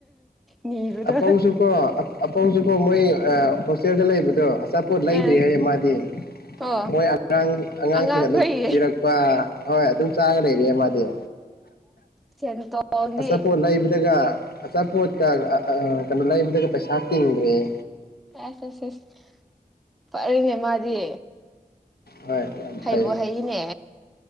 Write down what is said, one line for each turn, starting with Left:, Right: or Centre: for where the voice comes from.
Centre: ꯅꯤꯕꯗꯣ
Left: ꯑ ꯄꯧꯁꯨ ꯀꯣ ꯑ ꯑ ꯄꯧꯁꯨ ꯀꯣ ꯃꯣꯏ ꯑ ꯍꯣꯁꯇꯦꯜꯗ ꯂꯩꯕꯗꯣ ꯆꯥꯄꯣꯠ ꯂꯩꯗ꯭ꯔꯤ
Centre: ꯑꯦ
Left: ꯍꯥꯏꯌꯦ ꯃꯥꯗꯤ ꯑꯩꯈꯣꯏ
Centre: ꯀꯣ
Left: ꯑꯉꯥꯡ ꯑꯉꯥꯡꯁꯤꯡꯅ
Centre: ꯑꯉꯥꯡꯈꯣꯏꯒꯤ
Left: ꯑꯗꯨꯝ ꯄꯤꯔꯛꯄ ꯍꯣꯏ ꯑꯗꯨꯝ ꯆꯥꯔ ꯂꯩꯔꯦ ꯃꯥꯗꯤ
Centre: ꯁꯦꯟꯇꯣꯡꯗꯤ
Left: ꯑꯆꯥꯄꯣꯠ ꯂꯩꯕꯗꯒ ꯑꯆꯥꯄꯣꯠ ꯀ ꯑ ꯑ ꯀꯩꯅ ꯂꯩꯕꯗꯒ ꯄꯩꯁꯥ ꯇꯤꯡꯗꯔ꯭ꯦꯌꯦ
Centre: ꯑꯁ ꯑꯁ ꯑꯁ ꯐꯔꯦꯅꯦ ꯃꯥꯗꯤ
Left: ꯍꯣꯏ ꯌꯥꯝ
Centre: ꯍꯩꯕꯣ
Left: ꯐꯩ
Centre: ꯍꯩꯅꯦ